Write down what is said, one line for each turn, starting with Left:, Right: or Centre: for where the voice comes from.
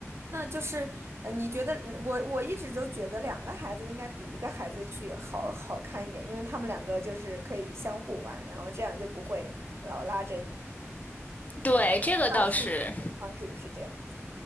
Right: 那就是呃，你觉得我我一直都觉得两个孩子应该比一个孩子去好好看一点，因为他们两个就是可以相互玩，然后这样就不会老拉着你。
Left: 对，这个倒是，
Right: 到现实情况是不是这样？